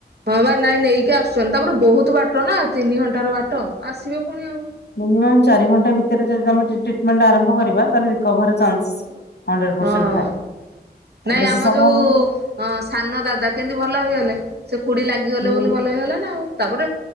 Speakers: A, on the right; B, on the left.
A: ହଁ ବା ନାଇଁ ନେଇକି ଆସୁଛନ୍ତି। ତାପରେ ବହୁତ ବାଟ ନା ତିନି ଘଣ୍ଟାର ବାଟ ଆସିବେ ପୁଣି ଆଉ।
B: ମିନିମମ୍ ଚାରି ଘଣ୍ଟା ଭିତରେ ଯଦି ଆମେ ଟ୍ରିଟମେଣ୍ଟ ଆରମ୍ଭ କରିବା ତାହେଲେ ରିକୋଭରୀ ଚଞ୍ଚେସ୍। ହଣ୍ଡ୍ରେଡ଼୍ ପରସେଣ୍ଟ
A: ହଁ।
B: ଥାଏ। ଆଉ
A: ନାଇଁ
B: ବେଶୀ
A: ଆମ
B: ସମୟ
A: ଯୋଉ
B: ହେଇଗଲେ
A: ସାନ ଦାଦା କେମତି ଭଲ ହେଇଗଲେ। ସେ ଖୁଡି ଲାଗିଗଲେ
B: ହୁଁ
A: ବୋଲି ଭଲ ହେଇଗଲା ନା ଆଉ। ତାପରେ